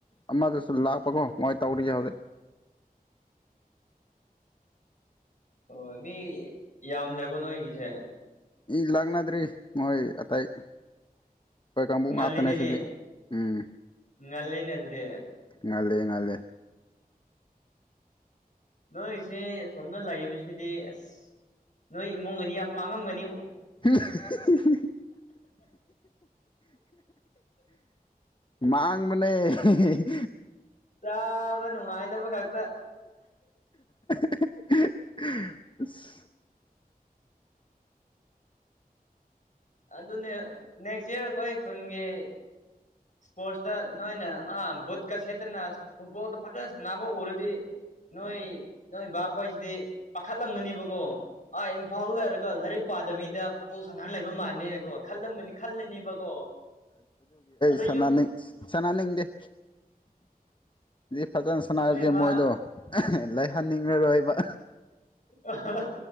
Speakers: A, on the left (about 30°); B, on the left (about 55°).
A: ꯑꯃꯗꯁꯨ ꯂꯥꯛꯄꯀꯣ ꯃꯣꯏ ꯇꯧꯔꯤꯌꯦ ꯍꯧꯖꯤꯛ
B: ꯍꯣꯢ ꯃꯤ ꯌꯥꯝꯗ꯭ꯔꯥꯕꯣ ꯅꯣꯏꯒꯤꯁꯦ
A: ꯏ ꯂꯥꯛꯅꯗ꯭ꯔꯤ ꯃꯣꯏ ꯑꯇꯩꯥ ꯑꯩꯈꯣꯏ ꯀꯥꯡꯕꯨ
B: ꯉꯜꯂꯤꯅꯦꯅꯦ
A: ꯉꯥꯛꯇꯅꯦ ꯁꯤꯗꯤ ꯎꯝ
B: ꯉꯜꯂꯤꯅꯦ ꯑꯗꯨꯗꯤ
A: ꯉꯜꯂꯦ ꯉꯜꯂꯦ
B: ꯅꯣꯏꯁꯦ ꯁꯣꯝꯗ ꯂꯩꯕꯁꯤꯗꯤ ꯑꯥꯁ ꯅꯣꯏ ꯏꯃꯨꯡꯒꯗꯤ ꯌꯥꯝ ꯃꯥꯡꯉꯝꯒꯅꯤꯕꯨ
A: <unintelligible> ꯍꯥꯍꯥꯍꯥꯍꯥꯍꯥ ꯃꯥꯡꯕꯅꯦ ꯍꯥꯍꯥ
B: ꯆꯥꯕ ꯅꯨꯡꯉꯥꯏꯅꯕ ꯈꯛꯇ
A: <unintelligible> ꯍꯥꯍꯥꯍꯥꯍꯨꯍꯨꯍ
B: ꯑꯗꯨꯅꯦ ꯅꯦꯛꯁ ꯌꯔ ꯑꯩꯈꯣꯏ ꯈꯨꯟꯒꯤ ꯁꯄꯣꯔꯠꯁꯇ ꯅꯣꯏꯅ ꯑꯥ ꯕꯨꯠꯀ ꯁꯦꯠꯇꯅ ꯐꯨꯠꯕꯣꯜꯗꯣ ꯐꯖꯅ ꯁꯥꯟꯅꯕ ꯎꯔꯗꯤ ꯅꯣꯏ ꯅꯣꯏ ꯕꯥꯈꯣꯏꯁꯤꯗꯤ ꯄꯥꯈꯠ ꯂꯝꯒꯅꯤꯕꯀꯣ ꯑꯥ ꯏꯝꯐꯥꯜ ꯂꯩꯔꯒ ꯂꯥꯔꯤꯛ ꯄꯥ ꯗꯕꯤꯗ ꯕꯣꯜ ꯁꯥꯟꯅꯔ ꯂꯩꯕ ꯃꯥꯜꯅꯤꯅꯀꯣ ꯈꯜꯂꯝꯒꯅꯤ ꯈꯜꯂꯅꯦꯕꯀꯣ ꯑꯗꯣ
A: ꯁꯥꯟꯅꯅꯤ
B: ꯌꯨꯝ
A: ꯁꯥꯟꯅꯅꯤꯡꯗꯦ ꯐꯖꯥ ꯁꯅꯥꯔꯗꯤ
B: ꯅꯣꯏ ꯃꯥ
A: ꯃꯣꯏꯗꯣ ꯑꯍꯥ ꯂꯩꯍꯟꯅꯤꯡꯔꯥꯔꯣꯏꯕ
B: ꯑꯍꯥ ꯍꯥ